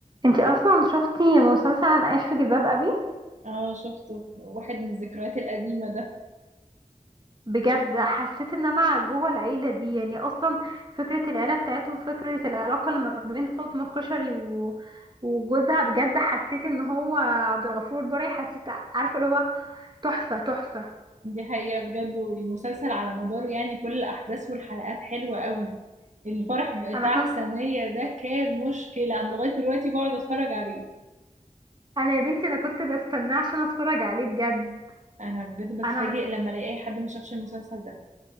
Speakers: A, on the right; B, on the right.
A: انتي اصلا شفتي مسلسل انا عايش في جلباب ابي
B: اه شفته واحد من الذكريات القديمة ده
A: بجد حسيت ان انا جوه العيله دي يعني اصلا فكره العيله بتاعتهم فكره العلاقه اللي ما بين فاطمه الكشري و... وجوزها بجد حسيت ان هو عبد الغفور البرعي حسيت عارفه اللي هو تحفه تحفه
B: دي حقيقة بجد والمسلسل على مداره يعني كل الأحداث والحلقات حلوة قوي الفرح بتاع
A: انا كنت
B: سنية ده كان مشكلة أنا لغاية دلوقتي بقعد أتفرج عليه
A: انا يا بنتي انا كنت بستناه عشان اتفرج عليه بجد
B: أنا بجد بتفاجئ
A: انا
B: لما ألاقي أي حد ما شافش المسلسل ده